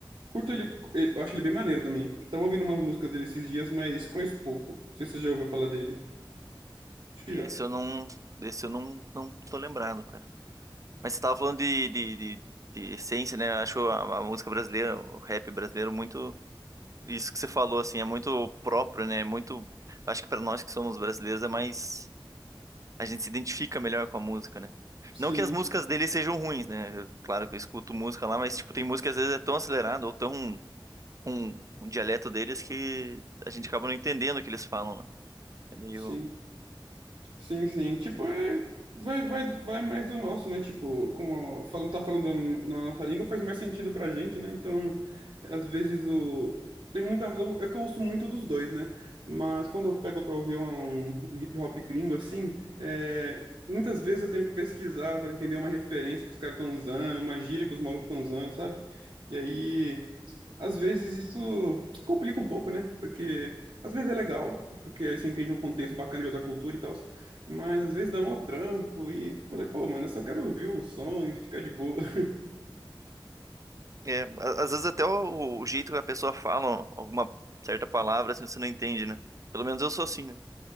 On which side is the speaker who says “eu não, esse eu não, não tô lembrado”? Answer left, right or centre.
Right